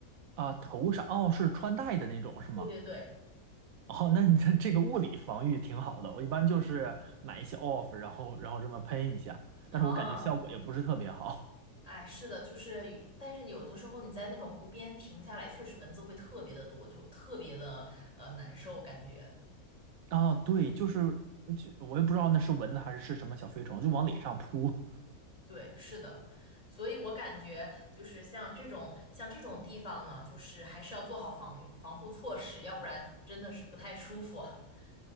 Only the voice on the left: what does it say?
对对对，
啊，
哎，是的，就是，但是有的时候你在那种湖边停下来，确实蚊子会特别的多，就特别的呃难受，感觉。
对，是的，所以我感觉就是像这种像这种地方呢，就是还是要做好防御防护措施，要不然真的是不太舒服。<laughs>